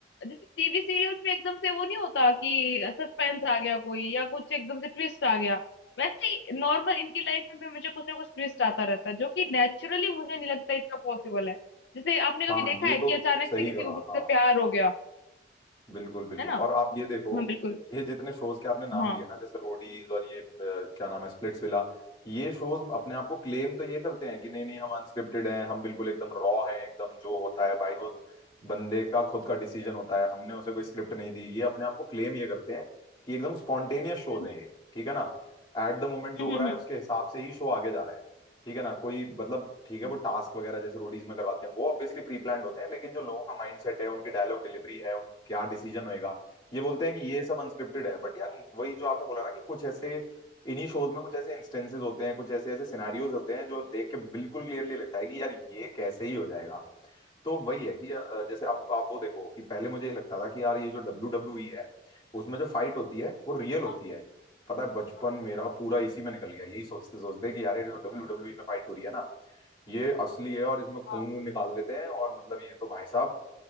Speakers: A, on the left (about 75°); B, on the left (about 25°).
A: जैसे टीवी सीरियल्स में एकदम से वो नहीं होता कि सस्पेंस आ गया कोई या कुछ एकदम से ट्विस्ट आ गया वैसे ही नॉर्मल इनकी लाइफ में भी हमेशा कुछ ना कुछ ट्विस्ट आता रहता है जो कि नेचुरली मुझे नहीं लगता इतना पॉसिबल है जैसे आपने
B: हाँ
A: कभी देखा
B: ये
A: है कि
B: तो
A: अचानक
B: सही
A: से किसी
B: कहा
A: को किसी
B: हाँ
A: से प्यार हो गया
B: बिल्कुल बिल्कुल
A: है ना
B: और आप ये देखो
A: हाँ बिल्कुल
B: ये जितने शोज के आपने नाम
A: हाँ
B: लिए ना जैसे रोडीज और ये अ, क्या नाम है स्प्लिट्स विला ये शोज अपने आप को क्लेम तो ये करते हैं कि नहीं नहीं हम अनस्क्रिप्टेड हैं हम बिल्कुल एकदम रॉ हैं एकदम जो होता है भाई वो बंदे का खुद का डिसीजन होता है हमने उसे कोई स्क्रिप्ट नहीं दी ये अपने आप को क्लेम ये करते हैं कि एकदम स्पॉन्टेनियस शोज
A: हम्म
B: हैं ये, ठीक है ना एट द मोमेंट जो
A: हम्म
B: हो
A: हम्म
B: रहा है
A: हम्म,
B: उसके हिसाब से ही शो आगे जा रहा है ठीक है ना कोई मतलब
A: हम्म।
B: ठीक है वो टास्क वगैरह जैसे रोडीज में करवाते हैं वो ऑब्वियसली प्री प्लान्ड होते हैं लेकिन जो लोगों का माइंड सेट है उनकी डायलॉग डिलीवरी है उनका क्या डिसीजन होएगा ये बोलते हैं कि ये सब अनस्क्रिप्टेड है बट यार वही जो आपने बोला ना कि कुछ ऐसे इन्हीं शोज में कुछ ऐसे इंस्टेंसेस होते हैं कुछ ऐसे ऐसे सिनेरियोज होते हैं जो देख के बिल्कुल क्लियरली लगता है कि यार ये कैसे ही हो जाएगा तो वही है कि अ, जैसे अब आप वो देखो कि पहले मुझे ये लगता था कि यार ये जो डब्ल्यू डब्ल्यू ई है उसमें जो फाइट होती है वो रियल होती
A: हाँ
B: है पता है बचपन
A: हाँ
B: मेरा पूरा इसी में निकल गया यही सोचते सोचते कि यार ये जो डब्ल्यू डब्ल्यू ई में फाइट हो रही है ना ये असली है और इसमें खून
A: हाँ,
B: वून निकाल देते हैं और मतलब ये तो भाई साहब